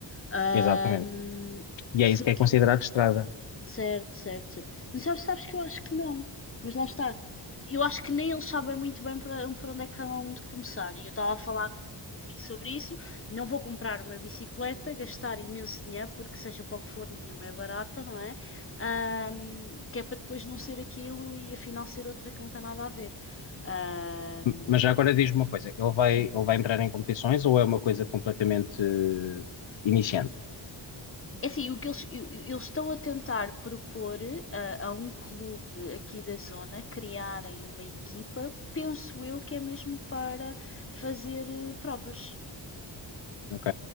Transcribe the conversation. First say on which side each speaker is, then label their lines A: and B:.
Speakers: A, on the left; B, on the left.
A: Ahm,
B: exatamente. E é
A: se
B: isso
A: ele,
B: que é
A: qui-
B: considerado estrada.
A: Certo, certo, certo. Mas sabes, sabes que eu acho que não. Mas lá está. Eu acho que nem eles sabem muito bem para, para onde é que hão de começar. E eu estava a falar comigo sobre isso. Não vou comprar uma bicicleta, gastar imenso dinheiro, porque seja para o que for, nenhuma é barata, não é? Ahm, que é para depois não ser aquilo e afinal ser outra que não tem nada a ver. Ahm,
B: M- Mas já agora diz-me uma coisa, ele vai,
A: sim.
B: ele vai entrar em competições ou é uma coisa completamente eh, iniciante?
A: É assim, o que eles, e- e- eles estão a tentar propor a, a um clube aqui da zona criarem uma equipa, penso eu que é mesmo para fazer eh, provas.
B: Ok.